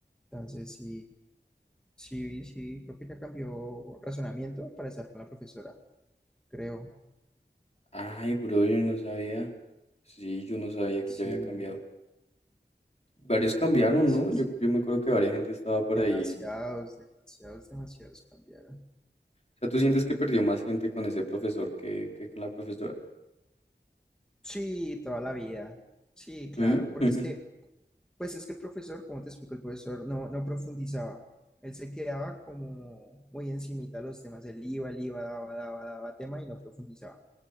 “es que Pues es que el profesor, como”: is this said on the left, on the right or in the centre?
Centre